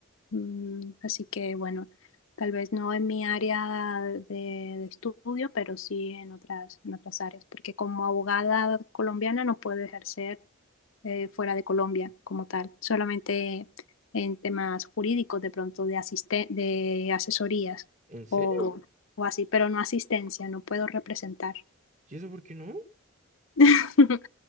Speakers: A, on the left; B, on the right.
A: Mm, así que bueno, tal vez no en mi área de, de estudio, pero sí en otras, en otras áreas, porque como abogada colombiana no puedo ejercer eh, fuera de Colombia como tal, solamente en temas jurídicos, de pronto de asisten- de asesorías
B: ¿En serio?
A: o, o así, pero no asistencia, no puedo representar.
B: ¿Y eso por qué no?
A: <laughs>